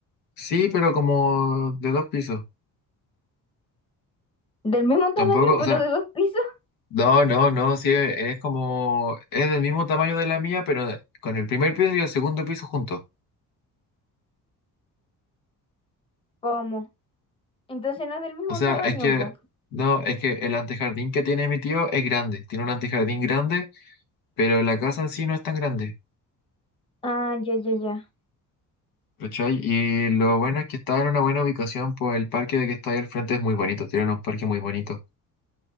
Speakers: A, on the left; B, on the left.
A: sí, pero como de dos pisos.
B: Del mismo
A: Tampoco,
B: tamaño,
A: o
B: pero
A: sea,
B: de dos <laughs> pisos.
A: no, no, no, sí, es como, es del mismo tamaño de la mía, pero con el primer piso y el segundo piso juntos.
B: ¿Cómo? Entonces no es del mismo
A: O sea,
B: tamaño
A: es que,
B: vos.
A: no, es que el antejardín que tiene mi tío es grande, tiene un antejardín grande, pero la casa en sí no es tan grande,
B: Ah, ya, ya, ya.
A: ¿cachai? Y lo bueno es que está en una buena ubicación, pues el parque de que está ahí al frente es muy bonito, tiene unos parques muy bonitos.